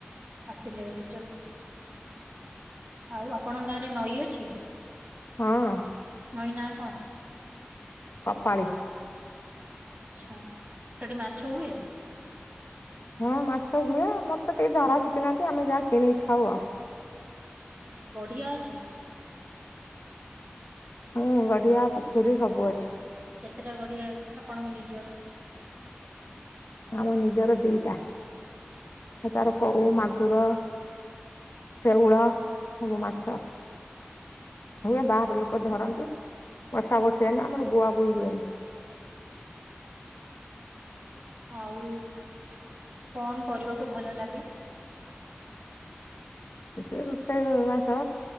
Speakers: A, on the right (about 40°); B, on the left (about 65°).
A: ଆସିଲେ ଆଉ ଆପଣଙ୍କ ଗାଁରେ ନଈ ଅଛି?
B: ହଁ।
A: ନଈ ନା କଣ?
B: କପାଳି।
A: ଆଛା ସେଠି ମାଛ ହୁଏ?
B: ହଁ ମାଛ ହୁଏ ଆଉ ମତେ କେହି ଧରା ଶିଖିନାହାନ୍ତି ଆମେ ଯାହା କିଣିକି ଖାଉ ଆଉ।
A: ଗଢିଆ ଅଛି?
B: ହଁ ଗଡିଆ ପୋଖରୀ ସବୁ ଅଛି।
A: କେତେଟା ଗଢିଆ ଅଛି ଆପଣଙ୍କ ନିଜର?
B: ଆମ ନିଜର ଦିଟା
A: ଆଚ୍ଛା
B: ତାର
A: ଆଚ୍ଛା।
B: କଉ ମାଗୁର ଶେଉଳ ସବୁ ମାଛ ହୁଏ ବାହାର ଲୋକ ଲୋକ ଧରନ୍ତି ବର୍ଷା ବର୍ଷା ହୁନି ଆମର ବୁଆ ବୁଇ ହୁଏନି।
A: ଆଉ କଣ କରିବାକୁ ଭଲ ଲାଗେ?
B: ଏ ରୋଷେଇ ମାସ